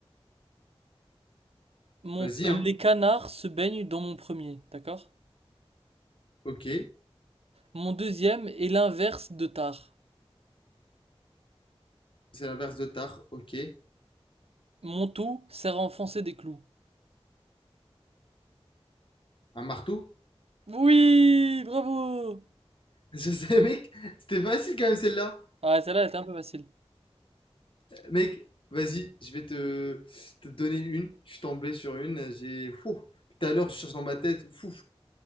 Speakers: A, on the right (about 75°); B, on the left (about 55°).
A: Mon,
B: Vas-y,
A: euh,
B: hein.
A: les canards se baignent dans mon premier, d'accord?
B: Ok.
A: Mon deuxième est l'inverse de tard.
B: C'est l'inverse de tard, ok.
A: Mon tout sert à enfoncer des clous.
B: Un marteau?
A: Oui, bravo!
B: <laughs> Je sais, mec, c'était facile quand même celle-là.
A: Ah, celle-là elle était un peu facile.
B: Mec, vas-y, je vais te, te donner une. Je suis tombé sur une. J'ai. Fou. Tout à l'heure, je cherche dans ma tête. Fou.